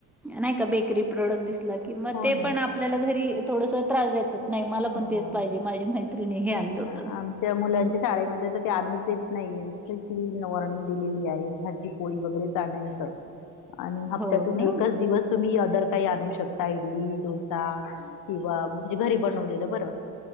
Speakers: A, in the centre; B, on the left.
A: नाही का बेकरी प्रॉडक्ट दिसला की मग
B: हो
A: ते
B: ना
A: पण आपल्याला घरी थोडस त्रास देतात. नाही मला
B: हो
A: पण तेच पाहिजे माझ्या मैत्रिणी हे आणलं
B: नाही हा
A: होत.
B: आमच्या मुलांच्या शाळेमध्ये तर ते आणस देत नाही स्ट्रिकट कली वॉर्निंग दिलेली आहे. पोळी वगैरच आणायच.
A: <unintelligible>
B: आणि हप्त्यातून
A: हो
B: एकच
A: ना.
B: दिवस तुम्ही अदर काही आणू शकता इडली डोसा किंवा म्हणजे घरी बनवलेलं बरं.